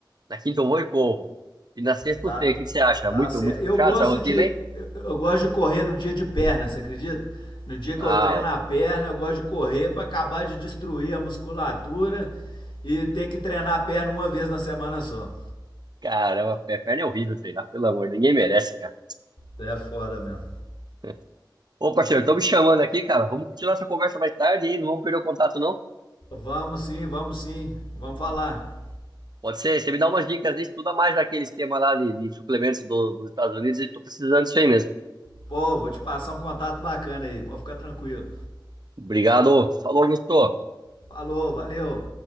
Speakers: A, on the right; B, on the left.
A: na quinta eu vou e corro. E na sexta
B: Tá,
A: eu sei. O que que você acha?
B: tá
A: Muito,
B: certo.
A: muito
B: Eu
A: puxado
B: gosto
A: essa rotina,
B: de
A: hein?
B: eu gosto de correr no dia de perna, você acredita? No dia
A: Ah,
B: que eu treino
A: ó,
B: a perna, eu gosto de correr para acabar de destruir a musculatura e ter que treinar a perna uma vez na semana só.
A: caramba, pé- perna é horrível treinar, pelo amor, ninguém merece, cara.
B: É foda mesmo.
A: <laughs> Ô, parceiro, estão me chamando aqui, cara. Vamos continuar essa conversa mais tarde, hein? Não vamos perder o contato, não?
B: Vamos sim, vamos sim. Vamos falar.
A: Pode ser, você me dá umas dicas, estuda mais aquele esquema lá de, de suplementos do- dos Estados Unidos e tô precisando disso aí mesmo.
B: Pô, vou te passar um contato bacana aí, pode ficar tranquilo.
A: Obrigado. Falou, Augusto.
B: Falou, valeu.